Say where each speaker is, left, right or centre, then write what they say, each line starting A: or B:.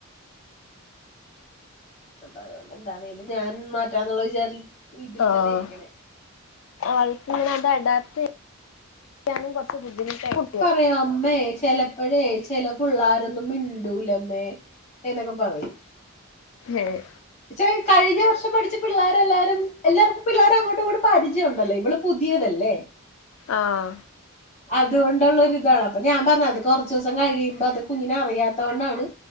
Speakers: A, on the left; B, on the left.
A: അപ്പൊ അതുകൊണ്ട് എന്താണേലും ഞാൻ മാറ്റാന്നുള്ള വിചാരി ഇതിൽ
B: ആഹ്
A: തന്നെ ഇരിക്കണേ
B: ആൾക്കങ്ങനത് അഡാപ്റ്റ് യ്യാനും കുറച്ച് ബുദ്ധിമുട്ടായി ഭു
A: പറയാ അമ്മേ ചെലപ്പഴേ ചെല പിള്ളാരൊന്നും മിണ്ടൂലമ്മേ ഏഹ് ന്നൊക്കെ പറയും
B: ഏഹ്
A: പച്ചേ കഴിഞ്ഞ വർഷം പഠിച്ച പിള്ളാരെല്ലാരും എല്ലാവർക്കും പിള്ളാരങ്ങോട്ടും ഇങ്ങോട്ടും പരിചയം ഉണ്ടല്ലോ ഇവള് പുതിയതല്ലേ
B: ആഹ്
A: അതുകൊണ്ടള്ളരു ഇതാണ് അപ്പൊ ഞാൻ പറഞ്ഞ് അത് കൊറച്ച്സം കഴിയുമ്പോ അത് കുഞ്ഞിനെ അറിയാത്തോണ്ടാണ്